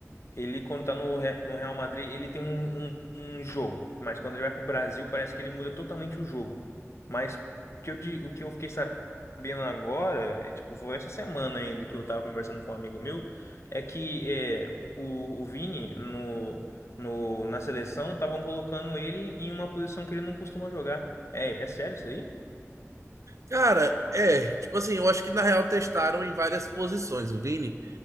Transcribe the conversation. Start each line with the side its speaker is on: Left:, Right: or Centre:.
Left: ele quando tá no, Re- no Real Madrid, ele tem um, um, um jogo, mas quando ele vai pro Brasil, parece que ele muda totalmente o jogo. Mas o que eu, di- o que eu fiquei sabendo agora, é, tipo, foi essa semana ainda que eu tava conversando com um amigo meu, é que é, o, o Vini no, no, na seleção estavam colocando ele em uma posição que ele não costuma jogar. É, é sério isso aí?
Right: Cara, é, tipo assim, eu acho que na real testaram em várias posições o Vini,